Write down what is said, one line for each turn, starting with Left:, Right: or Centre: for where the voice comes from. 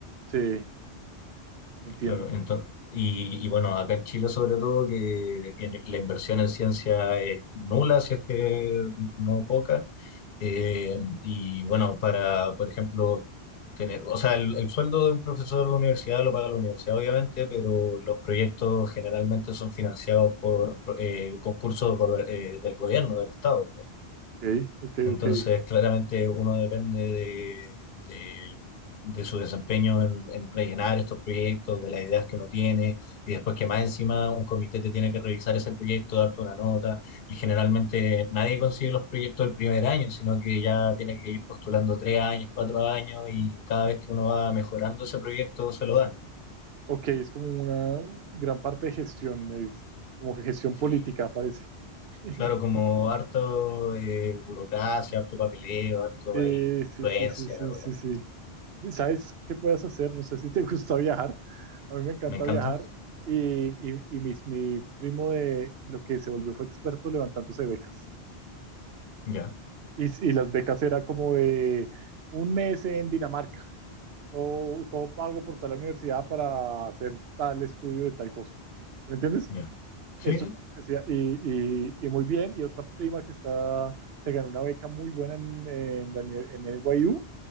Right: Sí, entiendo.
Left: Claro, entonces, y, y bueno, acá en Chile sobre todo que en- la inversión en ciencia es nula, si es que no poca. Eh, y bueno, para, por ejemplo, tener, o sea, el, el sueldo de un profesor de universidad lo paga la universidad, obviamente, pero los proyectos generalmente son financiados por eh, concursos gober- eh, del gobierno, del Estado.
Right: Ok, ok,
Left: Entonces,
Right: ok.
Left: claramente uno depende de, de- de su desempeño en, en rellenar estos proyectos, de las ideas que uno tiene, y después que más encima un comité te tiene que revisar ese proyecto, darte una nota, y generalmente nadie consigue los proyectos el primer año, sino que ya tiene que ir postulando tres años, cuatro años, y cada vez que uno va mejorando ese proyecto se lo dan.
Right: Ok, es como una gran parte de gestión, me dice. Como gestión
Left: Sí,
Right: política, parece. <laughs>
Left: claro, como harto eh, burocracia, harto papeleo, harto
Right: Sí,
Left: ahí influencia,
Right: sí, sí, sí, sí,
Left: obviamente.
Right: sí, sí. ¿Sabes qué puedes hacer? No sé si te <laughs> gusta viajar. A mí me encanta
Left: Me encanta,
Right: viajar y, y, y mis- mi, primo de lo que se volvió fue experto levantándose becas.
Left: ya.
Right: Y, y las becas era como de un mes en Dinamarca, todo, todo pago por tal universidad para hacer tal estudio de tal cosa. ¿Me entiendes?
Left: Ya. Sí,
Right: Eso
Left: sí.
Right: es lo que hacía. Y, y- y muy bien. Y otra prima que está, se ganó una beca muy buena en, en la uni- en NYU